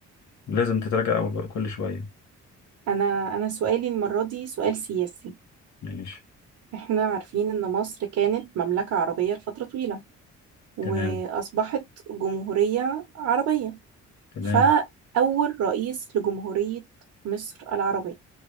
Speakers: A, on the left; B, on the right.
A: لازم تتراجع أول- كل شوية
B: انا انا سؤالي المرة دي سؤال سياسي
A: ماشي
B: احنا عارفين ان مصر كانت مملكة عربية لفترة طويلة واصبحت
A: تمام
B: جمهورية عربية
A: تمام
B: فأول رئيس لجمهورية مصر العربية